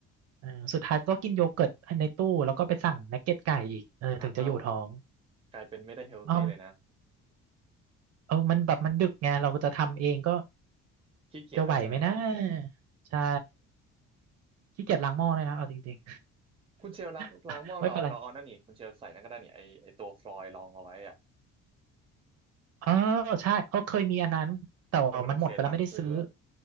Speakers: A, on the right (about 60°); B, on the right (about 20°).
A: เออสุดท้ายก็กินโยเกิร์ตในตู้แล้วก็ไปสั่งนักเก็ตไก่อีกเออถึงจะอยู่ท้อง
B: อ่ะเอากลายเป็นไม่ได้เฮลตี้เลยนะ
A: เอ้อเออมันแบบมันดึกไงเราก็จะทำเองก็
B: <laughs> ขี้เกียจแล้วใช่ไหมครับ
A: จะไหวไหมนะใช่ ขี้เกียจล้างหม้อเลยนะเอาจริง
B: คุณเชลล้างล้างหม้อเราเราเอานั่นนี่คุณเชลใส่นั่นก็ได้นี่ไอไอตัวฟลอยด์รองเอาไว้อะ
A: ๆ <laughs> ไม่เป็นไรเออใช่เออเคยมีอันนั้นแต่ว่ามันหมดไปแล้วไม่ได้ซื้อ
B: แต่แต่มันต้องเสียตังค์ซื้อ